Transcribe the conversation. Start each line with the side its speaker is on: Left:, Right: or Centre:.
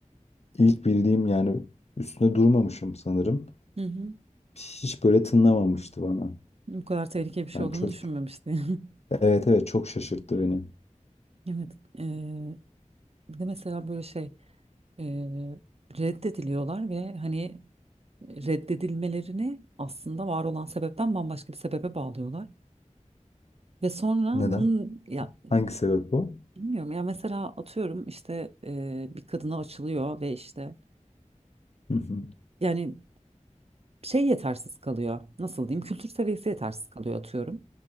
Left: ilk bildiğim yani üstüne durmamışım sanırım.
Right: Hı hı.
Left: Hiç böyle tınlamamıştı bana.
Right: Bu kadar tehlikeli bir şey
Left: Yani
Right: olduğunu
Left: çok,
Right: düşünmemiştim.
Left: evet evet çok şaşırttı beni.
Right: <laughs> Evet. eee, bir de mesela böyle şey eee, reddediliyorlar ve hani reddedilmelerini aslında var olan sebepten bambaşka bir sebebe bağlıyorlar. Ve sonra
Left: Neden?
Right: bunun ya
Left: Hangi sebep o?
Right: bilmiyorum ya mesela atıyorum işte eee, bir kadına açılıyor ve işte
Left: Hı hı.
Right: yani şey yetersiz kalıyor. Nasıl diyeyim? Kültür seviyesi yetersiz kalıyor atıyorum.